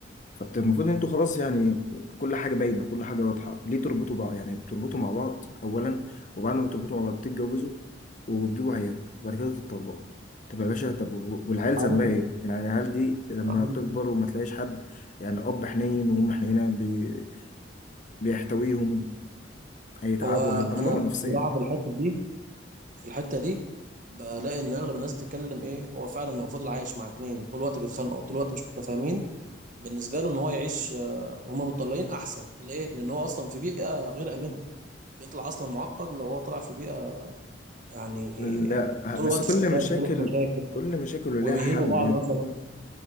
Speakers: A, on the left (about 45°); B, on the right (about 45°).
A: فالمفروض أنتوا خلاص يعني كل حاجة باينة كل حاجة واضحة ليه تربطوا بعض يعني بتربطوا مع بعض أولا وبعد ما بتربطوا مع بعض بتتجوزوا وبتجيبوا عيال وبعد كده تتطلقوا طب يا باشا طب و- والعيال
B: عارف
A: ذنبها إيه؟ يعني العيال دي لما
B: عارف
A: تكبر وما تلاقيش حد يعني أب حنين وأم حنينة بي... بيحتويهم هيتعبوا
B: هو
A: هيتدمروا
B: انا
A: نفسيا
B: بصراحه في الحته دي في الحته دي بلاقي ان اغلب الناس بتتكلم ايه هو فعلا لو فضل عايش مع اتنين طول الوقت بيتخانقوا طول الوقت مش متفاهمين بالنسبه له ان هو يعيش آه، هما متطلقين احسن ليه لان هو اصلا في بيئه غير امنه بيطلع اصلا معقد لو هو طلع في بيئه يعني
A: لا
B: طول
A: بس
B: الوقت
A: كل
B: شغال
A: مشاكل
B: طول الوقت مشاكل
A: كل مشاكل
B: وبيهينوا
A: ليها حل
B: بعض مثلا